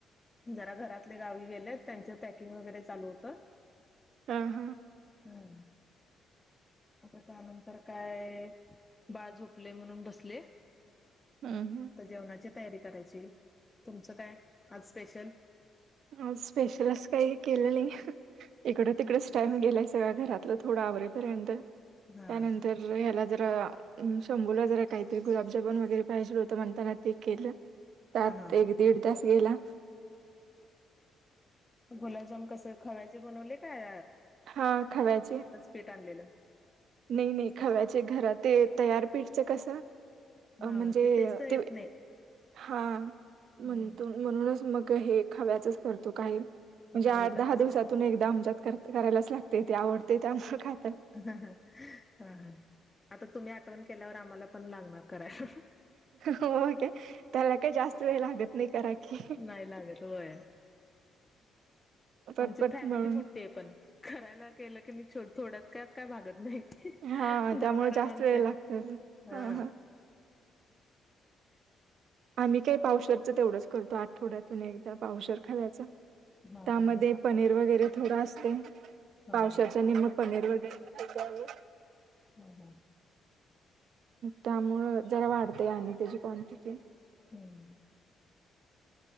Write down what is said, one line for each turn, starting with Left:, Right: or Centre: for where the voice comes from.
Left: जरा घरातले गावी गेलेत त्यांच पॅकिंग वगैरे चालू होतं.
Right: हा हा
Left: हम्म आता त्यानंतर काय बाळ झोपले म्हणून बसले.
Right: हम्म हम्म
Left: जेवणाची तयारी करायची. तुमचं काय आज स्पेशल?
Right: आज स्पेशल अस काही केलं नाही. इकडं तिकडच टाइम गेलाय सगळं घरातलं थोडं आवरेपर्यंत त्यानंतर
Left: हा
Right: ह्याला जरा शंभूला जरा काहीतरी गुलाबजामुन वगैरे पाहिजे होत म्हणताना ते केलं. त्यात
Left: हा हा
Right: एक दिड तास गेला.
Left: गुलाबजाम कस खव्याचे बनवले काय
Right: हा खव्याचे.
Left: पीट आणलेलं.
Right: नाही नाही खव्याचे घरात ते तयार पिठचं कसं अ
Left: हा
Right: म्हणजे
Left: ते टेस्ट येत
Right: ते
Left: नाही
Right: हा म्हण
Left: हम्म
Right: म्हणूनच मग हे खव्याचेच करतो कायम म्हणजे
Left: मग
Right: आठ
Left: आम्ही पण
Right: दहा
Left: तसच
Right: दिवसातून
Left: करतोय.
Right: एकदा आमच्यात करत करायलाच लागतय ते आवडतय त्यामुळ कायं
Left: आह ह ह ह आता तुम्ही आठवण केल्यावर आम्हाला पण लागणार करायला.
Right: होय काय त्याला का जास्त वेळ लागत नाही करा. की
Left: नाही लागत होय
Right: पटपट
Left: आमची फॅमिली
Right: म्हणून
Left: मोठी आहे पण करायला गेल की मी छो थोड्यात कायत काय भागत नाही.
Right: हा
Left: दहा
Right: त्यामुळे
Left: बारा
Right: जास्त
Left: माणस
Right: वेळ
Left: आहेत
Right: लागत
Left: हा
Right: ह ह आम्ही काही पावशर तेवढंच करतो आठवड्यातून एकदा पावशर खव्याचं
Left: हा
Right: त्यामध्ये
Left: हा हा
Right: पनीर वगैरे थोडं असतय
Left: हा
Right: पावशेर
Left: हा
Right: च्या निम पनीर वगैरे घेतोय आम्ही
Left: हम हम
Right: त्यामुळं जरा वाढतंय आणि त्याची क्वांटिटी
Left: हम्म